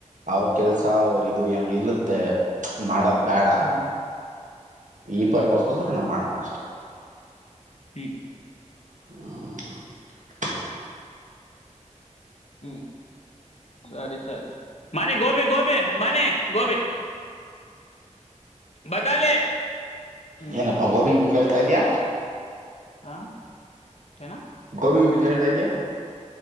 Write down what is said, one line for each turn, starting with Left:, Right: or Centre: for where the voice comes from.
Right: ಅವ್ರ ಕೆಲ್ಸ ಅವ್ರ ಇದು ಇರುತ್ತೆ ಮಾಡದ ಬ್ಬ್ಯಾಡಾ.
Left: ಹ್ಮ್
Right: ಈ
Left: ಹ್ಮ್
Right: ಪರ್ಪಸ್ ಗೋಸ್ತಾರ ನಾ ಮಾಡಲ್ಲ. ಅಷ್ಟೇ.
Left: ಹ್ಮ್
Right: ಹ <unintelligible>
Left: ಹ್ಮ ಸರಿ ಸರಿ ಮನಿ ಗೋಬಿ ಗೋಬಿ ಮನಿ ಗೋಬಿ ಬತಾಲಿ ಹ್ಮ್
Right: ಏನಪ್ಪಾ ಗೋಬಿಗೆ ಬ <inaudible> ಕೇಳ್ತಾ ಇದ ಇದೆಯಾ
Left: ಹಾ ಏನಾ
Right: ಗೋಬಿ ಗಿಬಿ ಕೇಳ್ತಾ ಇದಿಯಾ <inaudible>